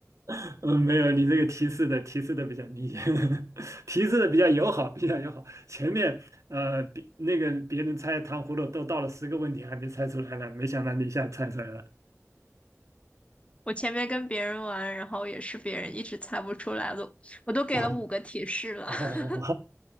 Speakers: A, on the right (about 70°); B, on the left (about 25°).
A: <laughs> 嗯，没有，你这个提示的提示的比较明显，<laughs> 提示的比较友好，比较友好。前面呃，别那个别人猜糖葫芦都到了十个问题还没猜出来呢，没想到你一下猜出来了。
B: 我前面跟别人玩，然后也是别人一直猜不出来了，我都给了五个提示了。
A: <laughs> 哦，
B: <laughs>